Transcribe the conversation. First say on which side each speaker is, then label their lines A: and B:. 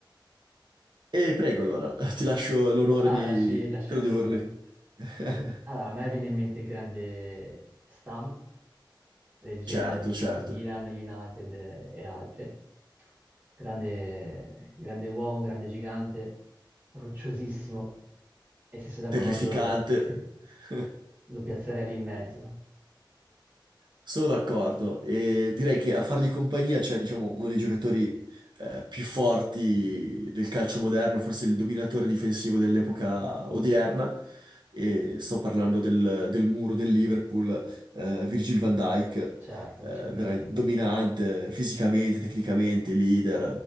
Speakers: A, on the right; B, on the right.
A: E prego allora, <laughs> ti lascio l'onore
B: Ah,
A: di
B: lasci, lasci
A: tradurli.
B: a me l'onore.
A: <laughs>
B: Allora, a me viene in mente il grande Stam, leggenda
A: Certo,
B: di
A: certo.
B: Milan, United eh, e altre. Grande, grande uomo, grande gigante, rocciosissimo. E se sei d'accordo,
A: Terrificante.
B: lo- sì,
A: <laughs>
B: lo piazzerei lì in mezzo.
A: Sono d'accordo e direi che a fargli compagnia c'è, diciamo, uno dei giocatori eh, più forti del calcio moderno, forse il dominatore difensivo dell'epoca odierna. E sto parlando del, del muro del Liverpool, eh, Virgil van Dijk, eh,
B: Certo, certamente.
A: veramente dominante fisicamente, tecnicamente, leader,